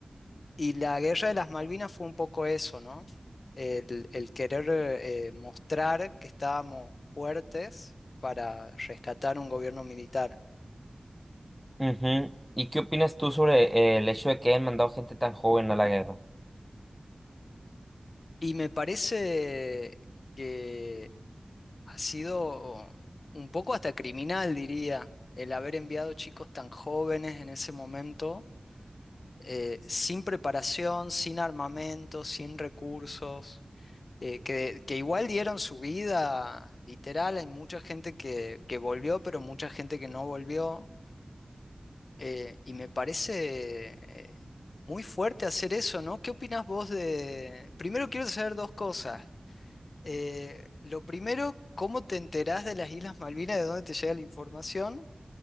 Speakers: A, on the left; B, in the centre.
A: Y la guerra de las Malvinas fue un poco eso, ¿no? El, el querer eh, mostrar que estábamos fuertes para rescatar un gobierno militar.
B: Ujú. ¿Y qué opinas tú sobre eh, el hecho de que hayan mandado gente tan joven a la guerra?
A: Y me parece que ha sido un poco hasta criminal, diría, el haber enviado chicos tan jóvenes en ese momento, eh, sin preparación, sin armamento, sin recursos, eh, que, que igual dieron su vida, literal, hay mucha gente que, que volvió, pero mucha gente que no volvió, eh, y me parece... eh, muy fuerte hacer eso, ¿no? ¿Qué opinas vos de...? Primero quiero saber dos cosas. Eh, lo primero, ¿cómo te enterás de las Islas Malvinas, de dónde te llega la información?